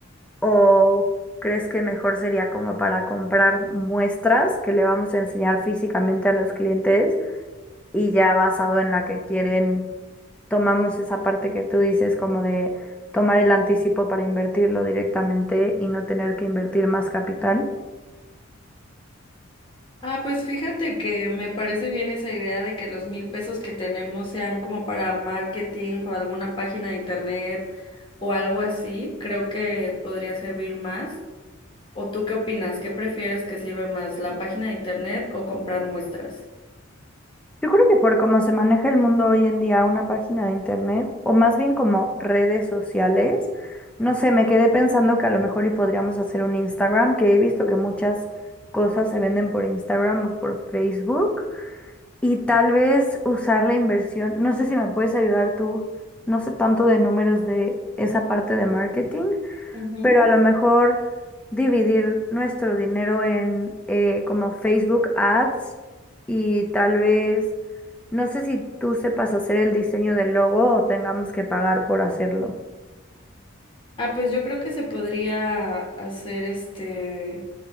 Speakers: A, in the centre; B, on the left (about 25°).
A: ¿o crees que mejor sería como para comprar muestras que le vamos a enseñar físicamente a los clientes y ya basado en la que quieren, tomamos esa parte que tú dices como de tomar el anticipo para invertirlo directamente y no tener que invertir más capital?
B: Ah, pues fíjate que me parece bien esa idea de que los mil pesos que tenemos sean como para marketing o alguna página de internet o algo así. Creo que podría servir más. ¿O tú qué opinas? ¿Qué prefieres que sirve más, la página de internet o comprar muestras?
A: Yo creo que por cómo se maneja el mundo hoy en día, una página de internet, o más bien como redes sociales, no sé, me quedé pensando que a lo mejor y podríamos hacer un Instagram, que he visto que muchas cosas se venden por Instagram o por Facebook, y tal vez usar la inversión. No sé si me puedes ayudar tú, no sé tanto de números de esa parte de marketing,
B: Ujú.
A: pero a lo mejor dividir nuestro dinero en eh, como Facebook Ads y tal vez no sé si tú sepas hacer el diseño del logo o tengamos que pagar por hacerlo.
B: Ah, pues yo creo que se podría hacer este